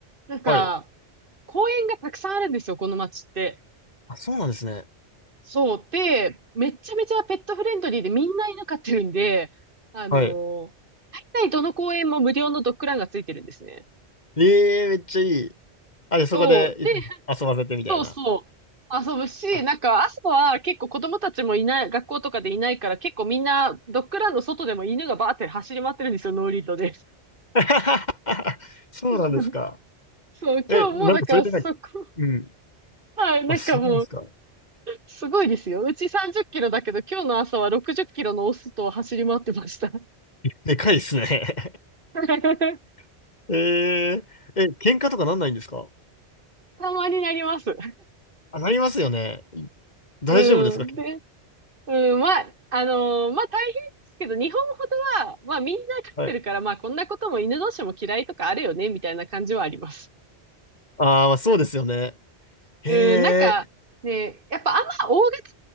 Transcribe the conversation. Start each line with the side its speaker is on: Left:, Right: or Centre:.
Right: なんか、
Left: はい。
Right: 公園がたくさんあるんですよ、この町って。
Left: あ、そうなんですね。
Right: そう。で、めっちゃめちゃペットフレンドリーでみんな犬飼ってるんで、あの
Left: はい。
Right: ー大体どの公園も無料のドッグランがついてるんですね。
Left: ええめっちゃいい。あ、で、そこでいつも遊ばせてみたいな。
Right: そう。で、そうそう。遊ぶし、
Left: あ
Right: なんか朝は結構子供たちもいない、学校とかでいないから結構みんなドッグランの外でも犬がバーって走り回ってるんですよ、ノーリードで。
Left: <laughs> そうなんですか。
Right: <laughs> そう、
Left: え、
Right: 今日もだからそこ、
Left: なんかそれでなんか、うん。
Right: はい、なんかもう
Left: あ、そうなんですか。
Right: すごいですよ。うち30キロだけど、今日の朝は60キロのオスと走り回ってました。
Left: でかいですね。
Right: <laughs>
Left: <laughs> えー、え、喧嘩とかなんないんですか
Right: たまになります。
Left: あ、なりますよね。大丈夫ですか
Right: うん。で、うん、まあ、あのーまあ大変ですけど、日本ほどは、まあみんな飼ってるから、
Left: はい。
Right: まあこんなことも犬同士も嫌いとかあるよね、みたいな感じはあります。
Left: あーまあそうですよね。へえ、
Right: うん、なんか、ね、やっぱあんま大型、